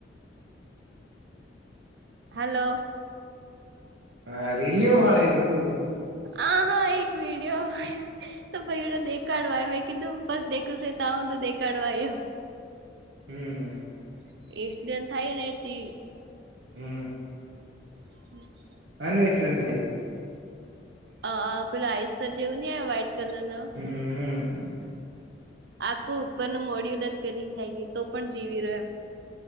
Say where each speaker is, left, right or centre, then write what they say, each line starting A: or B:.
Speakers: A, on the right; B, on the right.
A: હલો
B: હા <unintelligible> એ રહ હતું
A: આ હા એક વીડિયો તો ભાઈ એ દેખાડવા મેં કીધું પસ દેખું <unintelligible> તો દેખાડવાય
B: હમ.
A: <inaudible>
B: હમ.
A: <unintelligible>
B: હાનું એક્સિડેન્ટ થયું.
A: અ પેલા આઈસ જેવું ન વ્હાઈટ કલર <unintelligible>
B: હમ. હમ
A: આખું ઉપરનું મોઢીયું જ લીલ ખાઈ ગઈ તો પણ જીવી રહયા